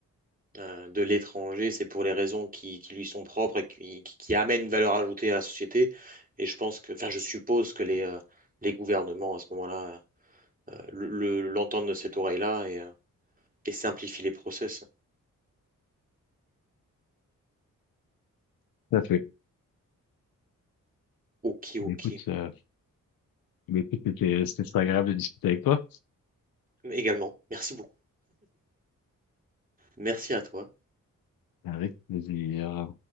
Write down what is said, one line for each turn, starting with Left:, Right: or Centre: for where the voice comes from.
Right: euh, de l'étranger, c'est pour les raisons qui, qui lui sont propres et qui, qui, qui amènent une valeur ajoutée à la société. Et je pense que, enfin, je suppose que les, euh, les gouvernements, à ce moment-là, euh, le, le- l'entendent de cette oreille-là et, euh, et simplifient les process.
Left: Tout à fait.
Right: Ok,
Left: Mais
Right: ok.
Left: écoute, euh, mais écoute, c'était, c'était très agréable de discuter avec toi.
Right: Également, merci beaucoup. Merci à toi.
Left: Avec plaisir.